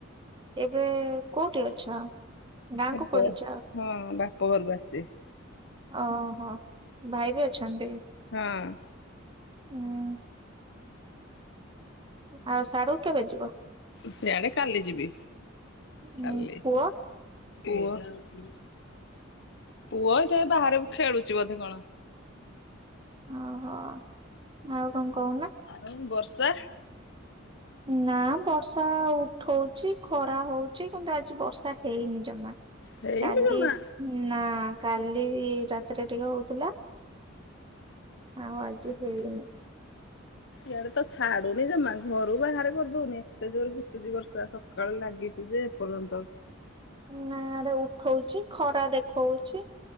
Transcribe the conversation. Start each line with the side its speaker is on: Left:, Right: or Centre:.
Right: ଏବେ କୋଉଠି ଅଛ? ଗାଁକୁ
Left: ଏବେ
Right: ପଳେଇଛ?
Left: ହଁ ବାପ ଘରକୁ ଆସିଛି।
Right: ଓହୋ, ଭାଇ ବି ଅଛନ୍ତି?
Left: ହଁ।
Right: ହୁଁ। ଆଉ ସାଡୁକୁ କେବେ ଯିବ?
Left: ସିଆଡେ କାଲି ଯିବି,
Right: ହୁଁ
Left: କାଲି।
Right: ପୁଅ?
Left: ପୁଅ ପୁଅ ଏଟେ ବାହାରେ ଖେଳୁଛି ବୋଧେ କଣ?
Right: ଓହୋ ଆଉ କଣ କହୁନା?
Left: ଆଉ ବର୍ଷା।
Right: ନା ବର୍ଷା ଉଠଉଛି ଖରା ହଉଛି କିନ୍ତୁ ଆଜି ବର୍ଷା ହେଇନି ଜମା
Left: ହେଇନି
Right: କାଲି
Left: ଜମା।
Right: ନା କାଲି ରାତିରେ ଟିକେ ହଉଥିଲା। ଆଉ ଆଜି
Left: ହୁଁ
Right: ହେଇନି।
Left: ହୁ। ଇଆଡେ ତ ଛାଡୁନି ଜମା ଘରୁ ବାହାରେ କରିଦଉନି ଏତେ ଜୋର ଟୁଛି ବର୍ଷା ସକାଳେ ଲାଗିଛି ଯେ ଏପର୍ଯ୍ୟନ୍ତ।
Right: ନା ଉଠଉଛି ଖରା ଦେଖଉଛି